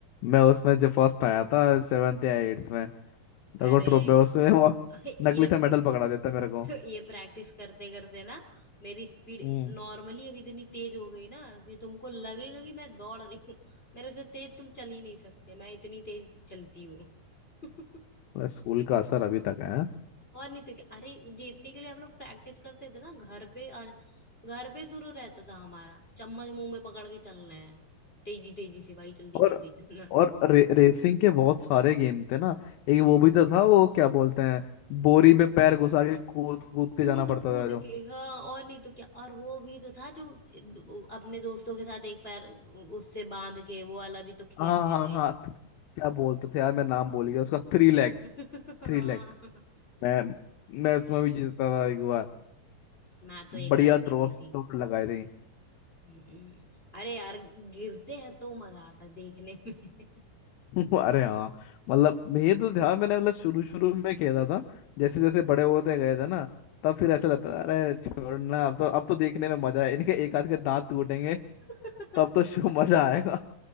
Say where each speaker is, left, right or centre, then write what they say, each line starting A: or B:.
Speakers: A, on the left; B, on the left.
A: मैं उसमें जब फर्स्ट आया था सेवेंथ या एट्थ में मेरे
B: अरे
A: को ट्रॉफी उसमें <laughs> वो
B: <laughs> ये
A: नकली सा मेडल पकड़ा देता मेरे को
B: ये प्रैक्टिस करते करते ना मेरी स्पीड
A: हम्म
B: नॉर्मली अब इतनी तेज हो गई ना कि तुमको लगेगा कि मैं दौड़ रही हूँ <laughs> मेरे से तेज तुम चल ही नहीं सकते मैं इतनी तेज चलती हूँ <laughs>
A: स्कूल का असर अभी तक है
B: और नहीं तो क्या अरे जीतने के लिए हम लोग प्रैक्टिस करते थे ना घर पे और घर पे शुरू रहता था हमारा चम्मच मुंह में पकड़ के चलना है तेजी तेजी से भाई जल्दी
A: और
B: जल्दी चलना है।
A: और रे, रेसिंग के बहुत सारे गेम थे ना एक
B: <laughs>
A: वो
B: हाँ
A: भी तो था वो क्या बोलते हैं बोरी में पैर घुसा के कूद कूद
B: कूद
A: के जाना पड़ता
B: कूद
A: था जो
B: के हाँ और नहीं तो क्या और वो भी तो था जो वो अपने दोस्तों के साथ एक पैर उससे बांध के वो वाला भी तो खेलते
A: हाँ हाँ
B: थे
A: हाँ त- क्या बोलते थे यार मैं नाम भूल गया उसका थ्री लेग
B: <laughs>
A: थ्री
B: हाँ
A: लेग मैं मैं उसमें भी जीतता था एक बार
B: मैं तो एक
A: बढ़िया
B: बार
A: दोस्त
B: जीती थी
A: दौड़ लगाए थे
B: हम्म। अरे यार गिरते हैं तो मजा आता है देखने में
A: <laughs> अरे हाँ मतलब ये तो ध्यान मैंने मतलब शुरू शुरू में खेला था जैसे जैसे बड़े होते गए थे ना तब फिर ऐसा लगता था अरे छोड़ना अब तो अब तो देखने में मजा है इनके एक आध के दांत टूटेंगे
B: <laughs>
A: तब तो शो मजा आएगा